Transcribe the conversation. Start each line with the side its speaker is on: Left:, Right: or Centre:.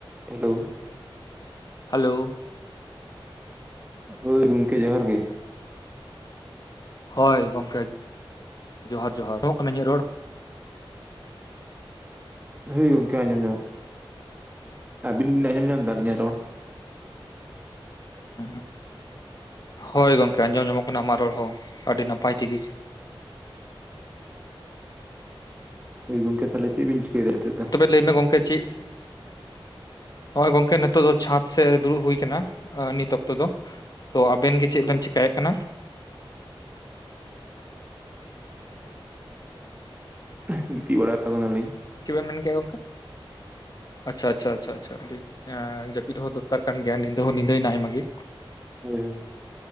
Right: Hello
Left: hello
Right: ᱦᱳᱭ ᱜᱚᱢᱠᱮ ᱡᱚᱦᱟᱨ ᱜᱮ
Left: ᱦᱳᱭ ᱜᱚᱢᱠᱮ ᱡᱚᱦᱟᱨᱼᱡᱚᱦᱟᱨ ᱟᱡᱚᱢᱟᱜ ᱠᱟᱱᱟ ᱤᱧᱟᱹᱜ ᱨᱚᱲ
Right: ᱦᱳᱭ ᱜᱚᱝᱠᱮ ᱟᱸᱡᱚᱢ ᱧᱟᱢ ᱟᱹᱵᱤᱱ ᱵᱤᱱ ᱟᱸᱡᱚᱢ ᱧᱟᱢ ᱮᱫᱟ ᱟᱹᱞᱤᱧᱟᱜ ᱨᱚᱲ
Left: <unintelligible> ᱦᱳᱭ ᱜᱚᱝᱠᱮ ᱟᱸᱡᱚᱢ ᱧᱟᱢᱚᱜ ᱠᱟᱱᱟ ᱟᱢᱟᱜ ᱨᱚᱲ ᱦᱚᱸ ᱟᱹᱰᱤ ᱱᱟᱯᱟᱭ ᱛᱮᱜᱮ
Right: ᱦᱳᱭ ᱜᱚᱝᱠᱮ ᱛᱟᱦᱞᱮ ᱪᱮ ᱵᱤᱱ ᱪᱤᱤᱠᱟᱹᱭᱮᱫᱟ ᱱᱤᱛᱟᱜ ᱫᱚ
Left: ᱞᱟᱹᱭᱢ ᱢᱮ ᱜᱚᱝᱠᱮ ᱪᱮᱫ ᱦᱚᱭ ᱜᱚᱝᱠᱮ ᱱᱤᱛᱚᱜ ᱫᱚ ᱪᱷᱟᱸᱫᱽ ᱥᱮᱫ ᱫᱩᱲᱩᱵ ᱦᱳᱭ ᱟᱠᱟᱱᱟ ᱱᱤᱛ ᱚᱠᱛᱚ ᱫᱚ᱾ ᱛᱚ ᱟᱵᱮᱱ ᱜᱮ ᱪᱮᱫ ᱵᱮᱱ ᱪᱮᱤᱠᱟᱭᱮᱫ ᱠᱟᱱᱟ
Right: <unintelligible> ᱜᱤᱛᱤᱡ ᱵᱟᱲᱟ ᱟᱠᱟᱱᱟᱞᱤᱧ
Left: ᱪᱮᱫ ᱵᱮ ᱮᱢᱱ ᱠᱮᱜᱼᱟ ᱜᱚᱝᱠᱮ ᱟᱪᱪᱷᱟ ᱟᱪᱪᱷᱟ ᱟᱪᱷᱟ ᱟᱪᱪᱷᱟ ᱟᱹᱰᱤᱸ ᱡᱟᱹᱯᱤᱫ ᱦᱚᱸᱚᱸ ᱫᱚᱨᱠᱟᱨ ᱫᱚᱨᱠᱟᱨ ᱠᱟᱱ ᱜᱮᱭᱟ ᱧᱤᱫᱟᱹ ᱦᱚᱸ ᱧᱤᱫᱟᱹᱭᱮᱱᱟ ᱟᱭᱢᱟ ᱜᱮ
Right: ᱦᱩᱸ